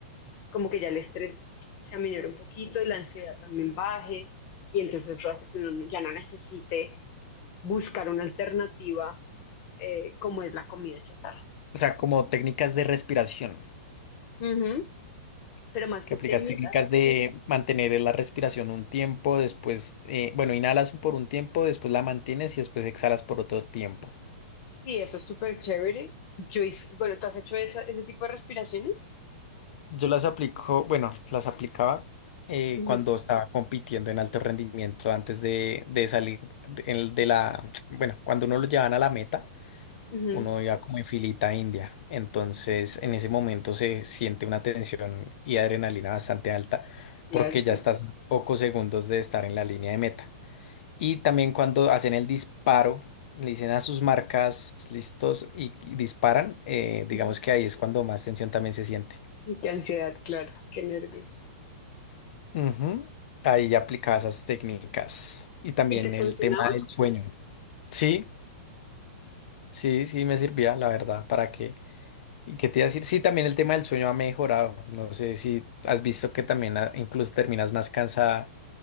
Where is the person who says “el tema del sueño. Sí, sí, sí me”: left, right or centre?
Left